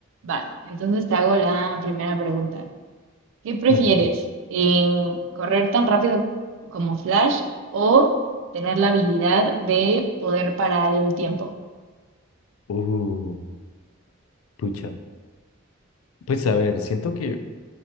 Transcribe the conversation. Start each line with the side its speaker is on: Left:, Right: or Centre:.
Right: Va, entonces te hago la primera pregunta. ¿Qué prefieres?
Left: A ver.
Right: Eh, ¿correr tan rápido como Flash o tener la habilidad de poder parar el tiempo?
Left: Uh, pucha. Pues a ver, siento que,